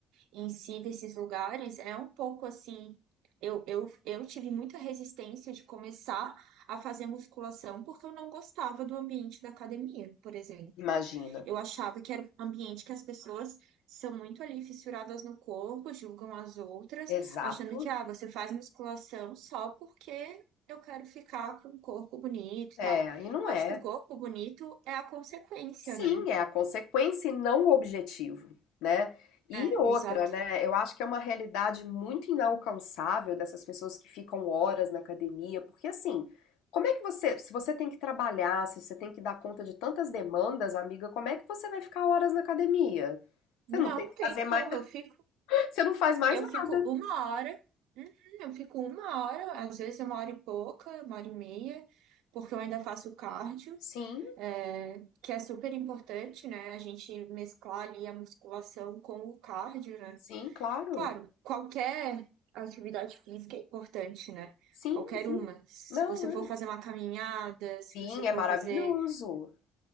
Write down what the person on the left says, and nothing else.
Imagina.
Exato.
É,
e não
é.
Sim,
é a consequência e não o objetivo, né? E
outra,
né? Eu acho que é uma realidade muito inalcançável dessas pessoas que ficam horas na academia, porque assim, como é que você, se você tem que trabalhar, se você tem que dar conta de tantas demandas, amiga, como é que você vai ficar horas na academia? Você
não tem que
fazer
mais, <laughs>
você não faz mais
nada.
Sim,
sim, claro.
Sim,
sim.
Não,
é.
Sim,
é maravilhoso.